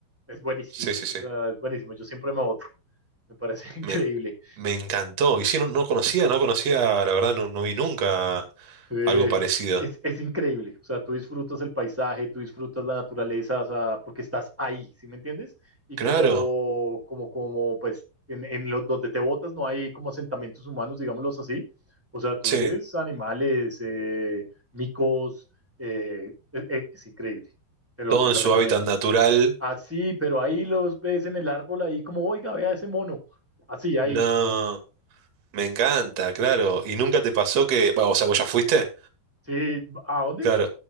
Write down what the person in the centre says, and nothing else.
es buenísimo,
o sea, es buenísimo. Yo siempre me boto, me parece <laughs> increíble.
Sí,
es, es increíble. O sea, tú disfrutas el paisaje, tú disfrutas la naturaleza, o sea, porque estás ahí, ¿sí me entiendes? Y
como, como, como, pues, en, en los donde te botas no hay como asentamientos humanos, digámoslos así. O sea, tú
ves animales, eh, micos, eh, eh, eh, es increíble. Te lo
súper
recomiendo.
Así, pero ahí los ves en el árbol, ahí como, oiga, vea ese mono. Así, ahí.
Sí, ¿a dónde?